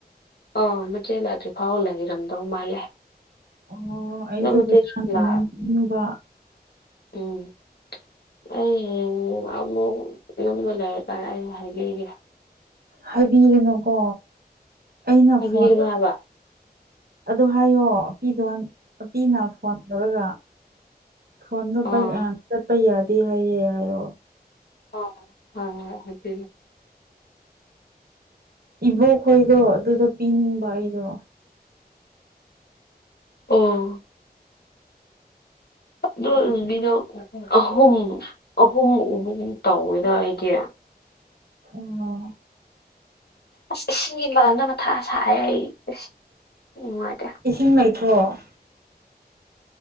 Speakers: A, on the left; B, on the right.
A: ꯑꯧ ꯃꯆꯦ ꯂꯥꯛꯇ꯭ꯔꯤꯐꯥꯎ ꯂꯩꯔꯝꯗꯧ ꯃꯥꯜꯂꯦ
B: ꯑꯣ ꯑꯩꯗꯣ
A: ꯑꯗꯣ ꯃꯆꯦꯁꯨ
B: ꯄꯩꯁꯥ <unintelligible>
A: ꯂꯥꯛ ꯎꯝ ꯑꯩ ꯍꯌꯦꯡ ꯑꯃꯨꯛ ꯌꯨꯝꯗ ꯂꯩꯔꯀꯥꯟꯗ ꯑꯩ ꯍꯥꯏꯕꯤꯒꯦ
B: ꯍꯥꯏꯕꯤꯌꯨꯅꯨꯀꯣ ꯑꯩꯅ
A: ꯍꯥꯏꯕꯤꯒꯅꯣ
B: ꯐꯣꯟ
A: ꯍꯥꯏꯕ
B: ꯑꯗꯨ ꯍꯥꯏꯌꯣ ꯑꯄꯤꯗꯣ ꯑꯄꯤꯅ ꯐꯣꯟ ꯇꯧꯔꯒ ꯐꯣꯟꯗ
A: ꯑꯥ
B: ꯄ ꯌꯥꯗ ꯍꯥꯏ ꯍꯥꯏ ꯑꯣ
A: ꯍꯣꯏꯣꯏ ꯍꯣꯏ ꯍꯣꯏ ꯍꯥꯏꯕꯤꯒꯦ
B: ꯏꯕꯣꯛꯈꯣꯏꯗꯣ ꯑꯗꯨꯗ ꯄꯤꯅꯤꯡꯕ ꯑꯩꯗꯣ
A: ꯑꯣ ꯂꯣꯏꯕꯤꯗꯣ
B: ꯑꯗꯨꯒꯤ
A: ꯑꯍꯨꯝ ꯑꯍꯨꯝ ꯎꯕꯒꯨꯝ ꯇꯧꯋꯦꯗ ꯑꯩꯗꯤ
B: ꯎꯝ
A: ꯑꯁ ꯏꯁꯤꯡꯒꯤ ꯃꯔꯝꯗ ꯃꯊꯥ ꯁꯥꯏꯑꯦ ꯑꯩꯁ ꯌꯥꯝ ꯅꯨꯡꯉꯥꯏꯇꯦ
B: ꯏꯤꯡ ꯂꯩꯇ꯭ꯔꯣ